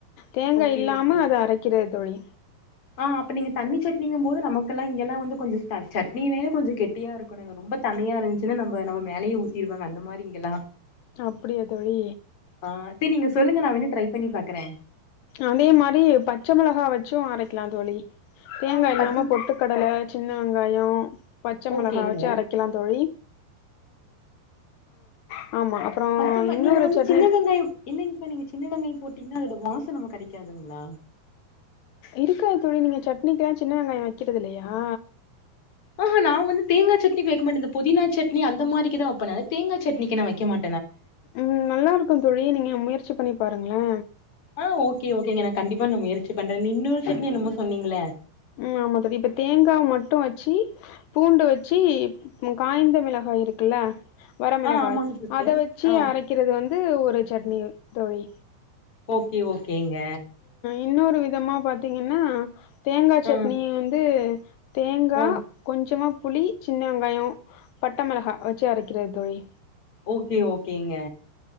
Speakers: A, on the left; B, on the left.
A: தேங்கா
B: ஓகே
A: இல்லாம
B: ஓகே.
A: அத அரைக்கிறது தோழி
B: ஆ அப்ப நீங்க தண்ணி சட்னிங்கம் போது நமக்கல்லா இங்கெல்லா வந்து கொஞ்சோ த சட்னினேனே கொஞ்சோ கெட்டியா இருக்கணு இங்க ரொம் ப தண்ணியா இருஞ்ச்சுனா நம்ப நம மேலையே ஊத்திருவாங்க அந்த மாரி இங்கெல்லா
A: அப்பிடியா தோழி
B: ஆ சரி நீங்க சொல்லுங்க நா வேணா ட்ரை பண்ணி பாக்கறே.
A: அதே மாரி பச்ச மெளகா வெச்சு அரைக்லாந் தோழி தேங்கா
B: ஆ
A: இல்லாம
B: பச்ச
A: பொட்டுக்கடல சின்ன வெங்காயோ பச்ச மிளகா
B: ஓகேங்க.
A: வெச்சு அரைக்கலாந் தோழி ஆ ஆமா அப்றோ
B: பச்சம
A: இன்னொரு
B: நீங்க வந்து
A: சட்னி
B: சின்ன வெங்காயம் இல்லிங்பா நீங்க சின்ன வெங்காயம் போட்டிங்ன்னா அதோட வாச த்து நமுக்கு அடிக்காதுங்ளா
A: இருக்காது தோழி நீங்க சட்னிக்லா சின்ன வெங்காய வெக்கிறது இல்லையா
B: ஆஹா நா வந்து தேங்கா சட்னிக்கு வெக்மாட்ட இந்த பொதினா சட்னி அந்த மாரிக்குதா வெப்பே நானு தேங்கா சட்னிக்கு நா வெக்க மா
A: ம் நல்லா இருக்குந் தோழி நீங்க முயற்சி பண்ணி பாருங்களே
B: ஆ ஒகே ஓகேங்க நா கண்டிப்பா நா முயற்சி பண்றே நி இன்னோரு சட்னி என்னமோ சொன்னிங்ள
A: ம் ஆமா தோழி இப்ப தேங்காவ் மட்டு வச்சி பூண்டு வெச்சி பு பு காய்ந்த மிளகா அ இருக்குல்ல வரமிளகாய்
B: ஆ ஆமாங்க சிஸ்டர்
A: அத வெச்சி
B: ஆ
A: அரைக்கிறது வந்து ஒரு சட்னி தோழி
B: ஓகே ஓகேங்க
A: இன்னோரு விதமா பாத்திங்கன்னா தேங்கா சட்னிய
B: ஆ
A: வந்து தேங்கா
B: ஆ
A: கொஞ்சமா புளி சின் ன வெங்காயோ பட்ட மெளகா வெச்சு அரைக்கிறது தோழி
B: ஓகே ஓகேங்க